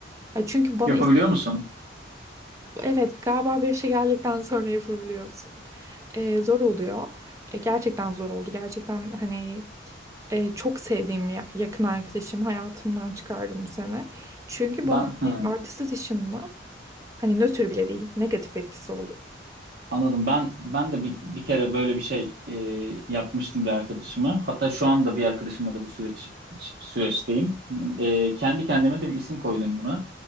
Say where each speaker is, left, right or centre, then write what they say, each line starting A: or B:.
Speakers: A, on the right; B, on the right.
A: Ya Çünkü bana
B: Yapabiliyor
A: is-
B: musun?
A: evet galiba bir yaşa geldikten sonra yapabiliyorsun e, zor oluyor. E, gerçekten zor oldu. Gerçekten hani e, çok sevdiğim ya- yakın arkadaşım hayatımdan çıkardım bu sene. Çünkü
B: Ben
A: bana
B: hı,
A: hani artist's dışında hani nötr bile değil negatif etkisi oldu.
B: Anladım. Ben ben de bir, bir kere böyle bir şey e, yapmıştım bir arkadaşıma. Hatta şu anda bir arkadaşımla da bu süreç ç- süreçteyim. E, kendi kendime de bir isim koydum buna.